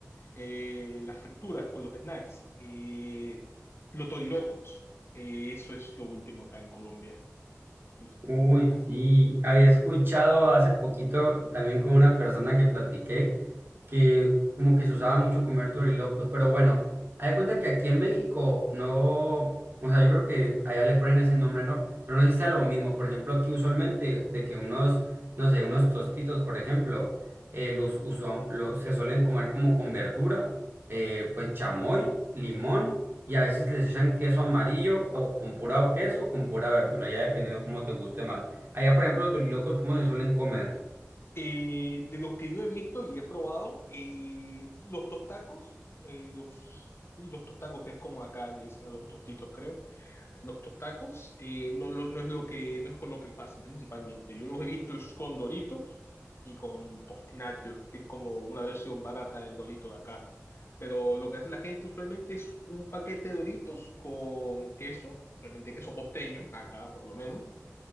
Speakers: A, on the left; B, on the right.
A: eh, las frituras, con los snacks, eh, los torilocos. Eh, eso es lo último acá en Colombia. Los
B: Uy,
A: tienen acá.
B: sí. Había escuchado hace poquito también con una persona que platiqué que como que se usaba mucho comer dorilocos. Pero bueno, hay de cuenta que aquí en México no. O sea, yo creo que allá le ponen ese nombre, ¿no? Pero no sé si sea lo mismo. Por ejemplo, aquí usualmente de que unos, no sé, unos tostitos, por ejemplo, eh, los, usua- los se suelen comer como con verdura, eh, pues chamoy, limón. y a veces les echan queso amarillo o con pura o queso o con pura verdura, ya dependiendo cómo te guste más. Allá, por ejemplo, los turilocos, ¿cómo se suelen comer?
A: Eh, de los que yo he visto y he probado, eh, los tostacos, eh, los, sí, los tostacos que es como acá le dicen a los tostitos, creo. Los tostacos eh, no, lo- no es lo que, no es con lo que pasan principalmente. Yo los he visto es con Doritos y con Tostinacho, que es como una versión barata del Dorito de acá. Pero lo que hace la gente usualmente es un paquete de Doritos con queso, usualmente queso costeño, acá por lo menos